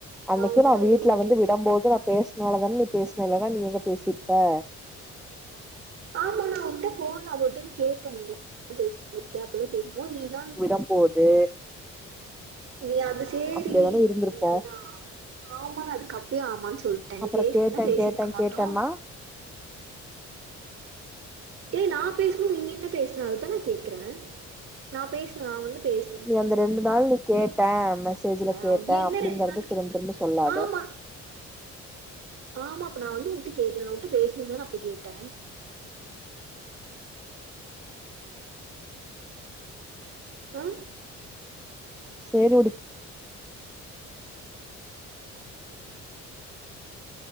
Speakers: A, in the centre; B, on the right.
A: அன்னைக்கு
B: உன்ட்ட
A: நா வீட்ல
B: எவ்ளோ
A: வந்து
B: டைம்
A: விடம்
B: கேட்டே
A: போது நா பேஸ்னாலதான நீ பேஸ்ன இல்லனா நீ எங்க பேசிர்ப்ப
B: ஆமா நா உன்ட்ட ஃபோன்ல ஒரு டைம் கேட்டன் <inaudible> பேசாம இருக்க அப்பில்லா கேக்கும்போது நீதா
A: அப்போ வந்து
B: நீ அப்ப சேரி
A: அப்டியேதான இருந்திருப்போ
B: நீ அதுதா ஆமா நா அதுக்கப்பியே ஆமான் சொல்ட்ட நீ
A: அப்றோ
B: பேஸ்லெனா
A: கேட்டே
B: பேசிருக்க
A: கேட்டே
B: மாட்டோ
A: கேட்டேன்னா
B: ஏய் நா பேசும்போது நீ என்ன பேஸ்ன அதுதா நா கேக்குற நா பேஸ்ன நா வந்து பேஸ்
A: நீ அந்த ரெண்டு நாள் நீ கேட்ட மெசேஜுல
B: கேட்டே
A: கேட்ட
B: என்ன
A: அப்டிங்கறது
B: ரெண்டு நாள் கேட்ட
A: திரும் திரும்ப சொல்லாத
B: ஆமா ஆமா அப்ப நா வந்து உன்ட்ட கேட்ட நா உன்ட்ட பேஸ்னுன்தான நா அப்பு கேட்ட ஆ
A: சேரி உடு